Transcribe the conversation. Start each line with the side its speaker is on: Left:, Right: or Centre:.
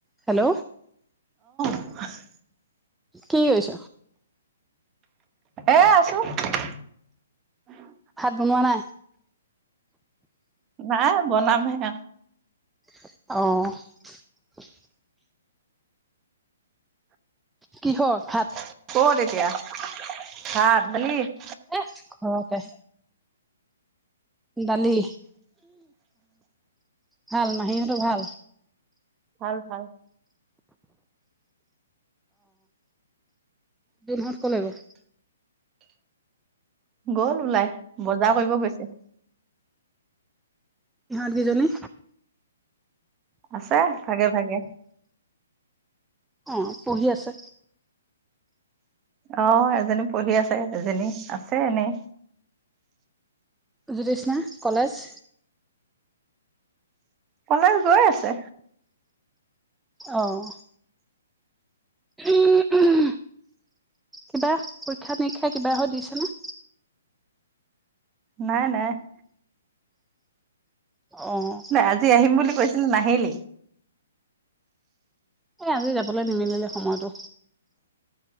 Centre: Hello,
Right: <unintelligible>
Centre: কি কৈছ?
Right: এ আছো উ <unintelligible>
Centre: ভাত বনোৱা নাই
Right: না বনাম হে গান,
Centre: অহ', <inaudible>
Right: <inaudible>
Centre: কিহৰ ভাত?
Right: ক'ত এতিয়া? ভাত- দালি, -
Centre: এহ ',- ঘৰতে দালি, ভাল মাহীহঁতো ভাল?
Right: ভাল - ভাল।
Centre: দিনহত ক'লে গ'ল?
Right: গ'ল ওলাই, বজাৰ কৰিব গৈছে।
Centre: ইহঁত কি জনী?
Right: আছে, ভাগে- ভাগে।
Centre: অ', পঢ়ি আছে।
Right: অহ', এজনী পঢ়ি আছে, এজনী আছে এনেই।
Centre: জ্যুতিষ্না কলেজ, -
Right: কলেজ গৈ আছে
Centre: অঁ উম উম কিবা পৰীক্ষা -নিৰীক্ষা কিবা হয়, দিছেনে?
Right: নাই', - নাই ',
Centre: অ',
Right: নাই আজি আহিম বুলি, কৈছিল নাহিলি।
Centre: এই আজি যাবলৈ নিমিলিলে সময়টো